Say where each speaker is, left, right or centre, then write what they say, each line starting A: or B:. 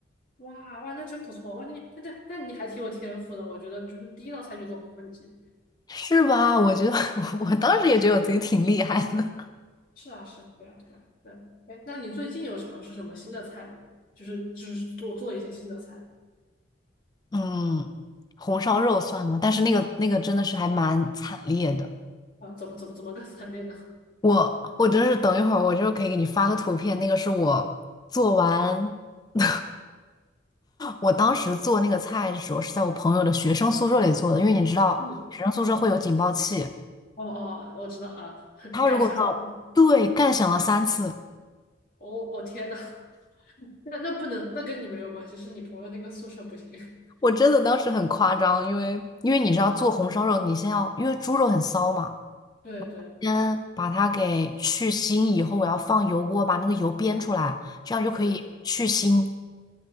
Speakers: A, on the left; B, on the left.
A: 哇哇，那真不错哇！你那那那你还挺有天赋的，我觉得就是第一道菜就做黄焖鸡。
B: 是吧？我觉得 <laughs> 我当时也觉得我自己挺厉害的。
A: 是啊是啊，对啊对啊对啊。哎，那你最近有尝试什么新的菜吗？就是就是做做一些新的菜
B: 嗯，红烧肉算吗？但是那个那个真的是还蛮惨烈的。
A: 啊？怎么怎么怎么个 <laughs> 惨烈呢？
B: 我我真是等一会儿，我就可以给你发个图片，那个是我做完，<laughs> 我当时做那个菜的时候是在我朋友的学生宿舍里做的，因为你知道学生宿舍会有警报器，
A: 嗯，哦哦哦，我知道啊，<laughs>
B: 他如果说对干响了三次，
A: 干虾仁。哦哦天呐，那那不能，那跟你没有关系，是你朋友那个宿舍不行。<laughs>
B: 我真的当时很夸张，因为因为你知道做红烧肉，你先要因为猪肉很骚嘛，
A: 对对
B: 先把它给去腥，以后我要放油锅把那个油煸出来，这样就可以去腥。
A: 对，